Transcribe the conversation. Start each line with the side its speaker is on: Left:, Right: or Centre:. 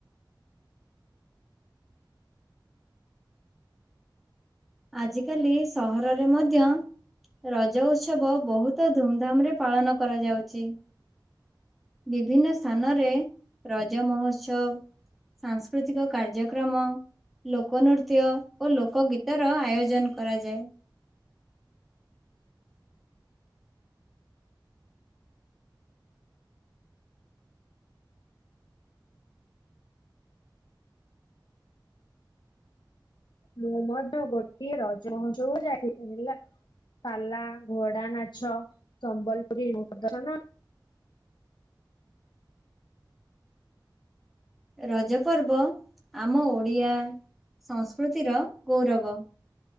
Centre: ଆଜିକାଲି ସହରରେ ମଧ୍ୟ ରଜ ଉତ୍ସବ ବହୁତ ଧୁମଧାମ ରେ ପାଳନ କରାଯାଉଛି। ବିଭିନ୍ନ ସ୍ଥାନରେ ରଜ ମହୋତ୍ସବ ସାଂସ୍କୃତିକ କାର୍ଯ୍ୟକ୍ରମ ଲୋକନୃତ୍ୟ ଓ ଲୋକ ଗୀତର ଆୟୋଜନ କରାଯାଏ।
Left: ମୁଁ ମଧ୍ୟ ଗୋଟିଏ ରଜ ମହୋତ୍ସବ କୁ ଯାଇଥିଲି ହେଲା। ପାଲା, ଘୋଡା ନାଛ, ସମ୍ବଲପୁରୀବୁ। <unintelligible>
Centre: ରଜ ପର୍ବ ଆମ ଓଡିଆ ସଂସ୍କୃତିର ଗୌରବ,